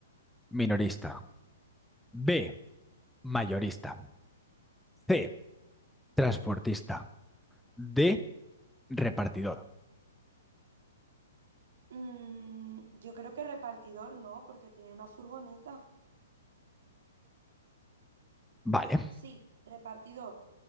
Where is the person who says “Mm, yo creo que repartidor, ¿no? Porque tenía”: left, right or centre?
Right